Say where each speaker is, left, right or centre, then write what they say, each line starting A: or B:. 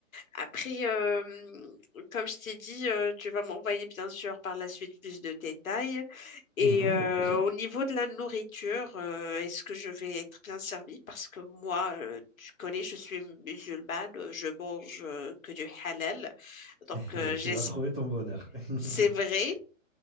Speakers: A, on the left; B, in the centre.
A: Après, euh, comme je t'ai dit, euh, tu vas m'envoyer bien sûr par la suite plus de détails. Et
B: Mhm.
A: euh,
B: Avec plaisir.
A: au niveau de la nourriture, euh, est-ce que je vais être bien servie? Parce que moi, euh, tu connais, je suis musulmane, euh, je mange euh, que du halal.
B: <laughs>
A: Donc, euh, j'es-
B: Tu vas trouver ton bonheur. <laughs>
A: c'est vrai?